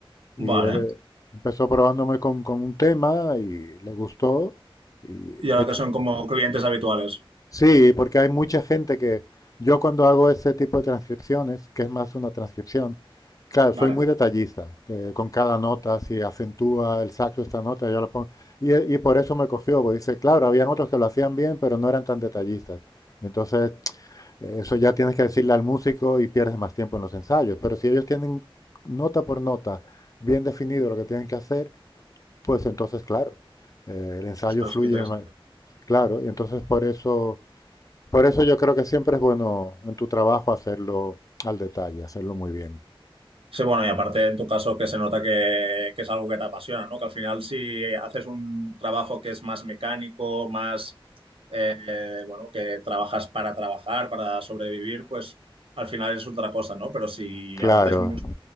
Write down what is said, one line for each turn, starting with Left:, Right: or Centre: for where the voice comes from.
Left: y
Right: Vale.
Left: él eh, empezó probándome con, con un tema y le gustó. Y
Right: Y
Left: de
Right: ahora
Left: hecho,
Right: que son como clientes habituales.
Left: sí, porque hay mucha gente que yo cuando hago ese tipo de transcripciones, que es más una transcripción, claro,
Right: Vale.
Left: soy muy detallista, que con cada nota, si acentúa el saxo esta nota, yo la pongo. Y, eh, y por eso me cogió, porque dice, claro, habían otros que lo hacían bien, pero no eran tan detallistas. Y entonces, eh, eso ya tienes que decirle al músico y pierdes más tiempo en los ensayos. Pero si ellos tienen nota por nota bien definido lo que tienen que hacer, pues entonces, claro, eh, el ensayo
Right: Ostras,
Left: fluye
Right: qué interesante.
Left: más. Claro, y entonces por eso, por eso yo creo que siempre es bueno en tu trabajo hacerlo al detalle, hacerlo muy bien.
Right: Sí, bueno, y aparte en tu caso que se nota que, que es algo que te apasiona, ¿no? Que al final si haces un trabajo que es más mecánico, más, eh, bueno, que trabajas para trabajar, para sobrevivir, pues al final es otra cosa, ¿no? Pero si
Left: Claro,
Right: aparte es música,